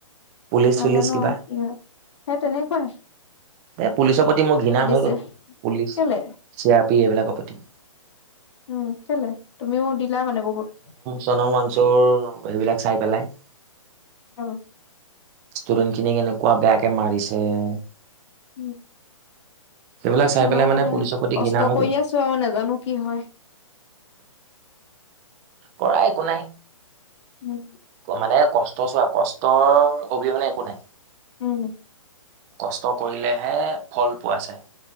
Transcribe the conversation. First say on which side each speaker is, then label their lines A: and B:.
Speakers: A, on the right; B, on the left.
A: পুলিচ
B: নাজানো
A: চুলিচ কিবা
B: আৰু কি হয়? সেই তেনেকুৱাই <unintelligible>
A: এই পুলিচৰ প্ৰতি মোৰ ঘৃণা
B: দিছে
A: হৈ গ'ল। পুলিচ,
B: কেলে
A: চি আৰ পি এইবিলাকৰ প্ৰতি। <inaudible>
B: উম! কেলে? তুমিও দিলা মানে বহুত? <inaudible>
A: চনৰ মাংসোৰ সেইবিলাক চাই পেলাই। <inaudible>
B: অঁ <inaudible>
A: ষ্টুডেন্টখিনি কেনেকুৱা বেয়াকে মাৰিছে। <unintelligible>
B: উম!
A: সেইবিলাক চাই
B: হলেও
A: পেলাই
B: মানে
A: পুলিচৰ প্ৰতি
B: কষ্ট
A: ঘৃণা হৈ
B: কৰি
A: গ'ল
B: আছ <inaudible> আছোঁ আৰু নাজানো কি হয়? <inaudible>
A: কৰা একো নাই।
B: উম
A: মানে কষ্ট <inaudible> কষ্ট চোৱা কষ্টৰ অবিহনে একো নাই। <inaudible>
B: উম! <unintelligible>
A: কষ্ট কৰিলেহে ফল পোৱা যায়। <inaudible>